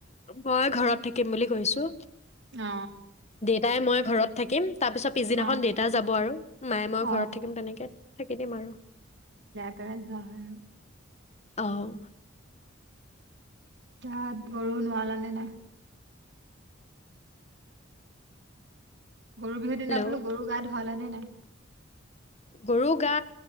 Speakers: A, on the left; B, on the right.
A: মই ঘৰত থাকিম বুলি কৈছোঁ
B: অ
A: তাই মই ঘৰত থাকিম তাৰপিছত পিছদিনাখন
B: অ
A: দেতা যাব আৰু মায়ে মই
B: অ
A: ঘৰত থাকিম তেনেকে থাকি দিম আৰু
B: তইয়ে যা আৰু
A: আহ
B: তাত গৰু নোৱালানে নাই গৰু বিহু দিনা
A: হেল্ল'
B: বোলো গৰু গা ধো ভৱালানে নাই
A: গৰু গা